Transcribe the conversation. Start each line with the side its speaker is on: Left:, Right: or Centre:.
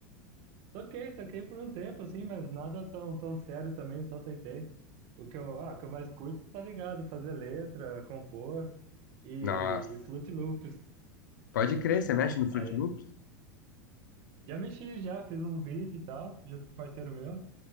Right: Toquei, toquei por um tempo, assim, mas nada tão, tão sério também, só tentei. O que eu, ah, o que eu mais curto, tá ligado? Fazer letra, compor e,
Left: Nossa.
Right: e Fruit Loops.
Left: Pode crer, você mexe no Fruit
Right: Aí,
Left: Loops?
Right: já mexi, já fiz um beat e tal, junto com um parceiro meu.